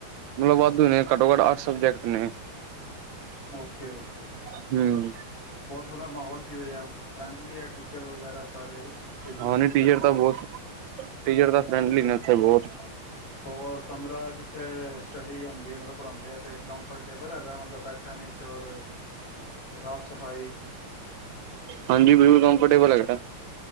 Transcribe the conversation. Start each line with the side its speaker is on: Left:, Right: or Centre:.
Right: ਮਤਲਬ ਵਾਧੂ ਨੇ। ਘੱਟੋ-ਘੱਟ, ਆਠ ਸਬਜੈਕਟ ਨੇ।
Left: ਓਕੇ-ਓਕੇ
Right: ਹੂੰ
Left: ਹੋਰ, ਥਹਾਡਾ ਮਾਹੌਲ ਕਿਹੋ ਜੇਹਾ ਹੇ? ਫਰੈਂਡਲੀ ਹੈ ਟੀਚਰ ਵਗੈਰਾ ਸਾਰੇ। ਇੰਸਟੀ
Right: ਹਾਂ, ਨੀ
Left: ਇੰਸਟਰਕਟਰਸ
Right: ਟੀਚਰ ਤਾਂ ਬਹੁਤ ਟੀਚਰ ਤਾਂ, ਫ੍ਰੇੰਡਲੀ ਨੇ। ਇੱਥੇ ਬਹੁਤ
Left: ਹੋਰ, ਕਮਰਾ ਜਿੱਥੇ ਸਟੱਡੀ ਹੁੰ ਵੀ ਮਤਲਬ ਪੜ੍ਹਾਉਦੇ ਆ, ਅਤੇ ਕੰਫਰਟੇਬਲ ਹੈਗਾ ਮਤਲਬ ਬੈਠਣ 'ਚ ਔਰ ਸਾਫ਼ ਸਫਾਈ
Right: ਹਾਂਜੀ। ਬਿਲਕੁਲ, ਕੰਫਰਟੇਬਲ ਹੈਗਾ।